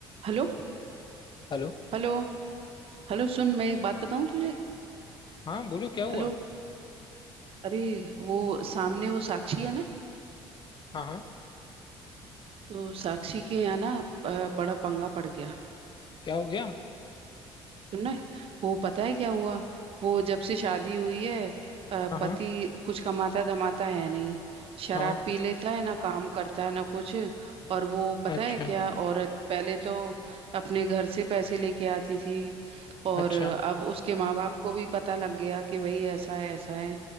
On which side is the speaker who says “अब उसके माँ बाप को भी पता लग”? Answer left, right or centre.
Right